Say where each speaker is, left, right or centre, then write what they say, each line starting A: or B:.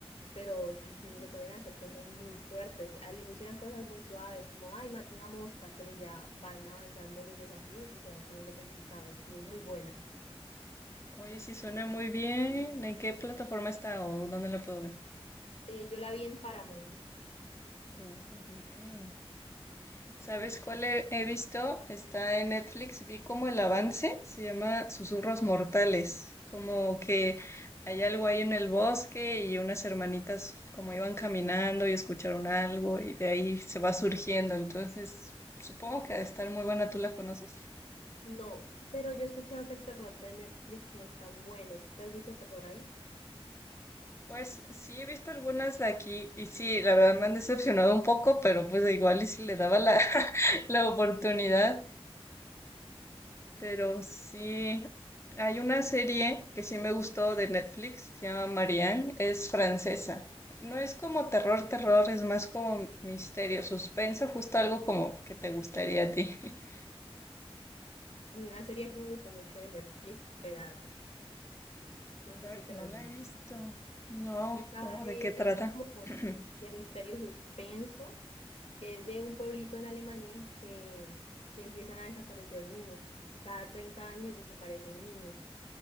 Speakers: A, on the left (about 85°); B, on the left (about 25°).
A: Pero le,
B: Mm.
A: tiene- le ponen a hacer cosas muy fuertes. Al inicio eran cosas muy suaves, como, ay, maté una mosca, pero ya van avanzando los desafíos y se va poniendo complicado. Estuvo muy buena.
B: Oye, sí suena muy bien. ¿En qué plataforma está o dónde la puedo ver?
A: Eh, yo la vi en Paramount.
B: Mm, bien. ¿Sabes cuál he, he visto? Está en Netflix. Vi como el avance. Se llama Susurros Mortales. Como que hay algo ahí en el bosque y unas hermanitas como iban caminando y escucharon algo y de ahí se va surgiendo. Entonces, supongo que ha de estar muy buena. ¿Tú la conoces?
A: No, pero yo he escuchado que el terror de Netflix no es tan bueno. ¿Tú te has visto terror
B: Pues sí, he visto algunas de aquí y sí, la verdad me han decepcionado un poco, pero pues igual y si le daba la, <laughs> la oportunidad, pero sí, hay una serie que sí me gustó de Netflix, se llama Marianne, es francesa. No es como terror, terror, es más como misterio, suspenso, justo algo como que te gustaría a ti. <laughs>
A: A mí una serie que me gustó mucho de Netflix fue Dark. No
B: Dark,
A: sé si te la
B: no
A: has
B: la
A: visto.
B: he visto. No,
A: Esta
B: ¿cómo
A: de,
B: de qué trata?
A: es como
B: <clears throat>
A: de misterio suspenso. Es de un pueblito en Alemania que, que empiezan a desaparecer niños. Cada 30 años desaparecen niños